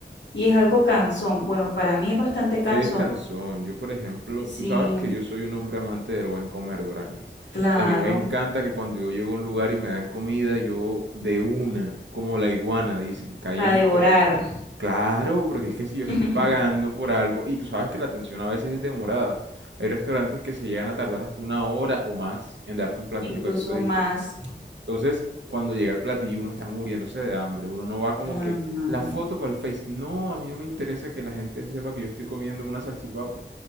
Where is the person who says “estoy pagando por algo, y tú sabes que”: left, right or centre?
Right